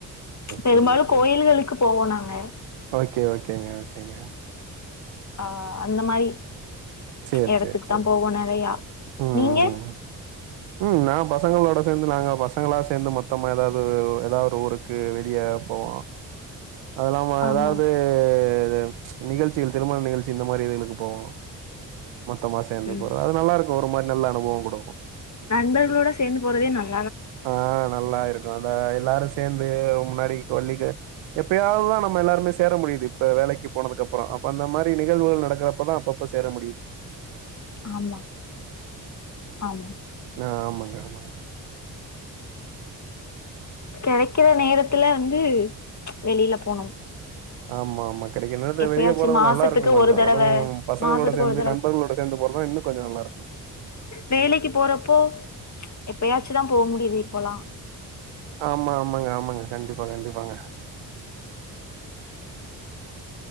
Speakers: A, on the left (about 40°); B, on the right (about 80°).
A: பெரும்பாலு
B: சரிங்க, சரிங்க.
A: கோயில்களுக்கு போவோ நாங்க
B: ஓகே ஓகேங்க ஓகேங்க
A: ஆ அந்த மாரி
B: சரி,
A: எடத்துக்கு
B: சரி, சரி.
A: தா போவோ நறையா
B: ம்.
A: நீங்க
B: ம் நா பசங்களோட சேந்து நாங்க பசங்களா சேந்து மொத்தமா எதாது எதா ஒரு ஊருக்கு வெளிய போவோ அதுல்லாம
A: ஆமா
B: எதாவது இது நிகழ்ச்சிகள் திருமண நிகழ்ச்சி இந்த மாரி இதுகளுக்கு போவோ மொத்தமா சேந்து
A: ம்
B: போற அது நல்லாருக் போற மாரி நல்ல அனுபவோ குடுக்கும்
A: நண்பர்களோட சேந்து போறதே நல்ல
B: ஆ நல்லா இருக்கு அந்த எல்லாரு சேந்து முன்னாடி <inaudible> எப்பயாவது தா நம்ம எல்லாருமே சேர முடியுது இப்ப வேலைக்கு போனதுக்கு அப்றோ அப்ப அந்த மாரி நிகழ்வுகள் நடக்குறப்ப தா அப் ப்ப சேர முடியு
A: ஆமா ஆமா
B: ஆ ஆமாங்க ஆமாங்க
A: கெடைக்கற நேரத்துல வந்து வெளில போனு
B: ஆமா ஆமாங் கெடைக்கற நேரத்துல
A: எப்பயாச்சு
B: வெளிய போறது
A: மாசத்துக்கு
B: நல்லாருக்கு கொஞ்சோ
A: ஒரு தடவ
B: அதுவு பசங்களோட
A: மாசத்துக்கு
B: சேந்து
A: ஒரு
B: நண்பர்களோட சேந்து போறதுதா இன்னு கொஞ்சோ நல்லாருக்கு
A: வேலைக்கி போறப்போ எப்பயாச்சு தா போக முடியுது இப்பலா
B: ஆமா ஆமாங்க ஆமாங்க கண்டிப்பா கண்டிப்பாங்க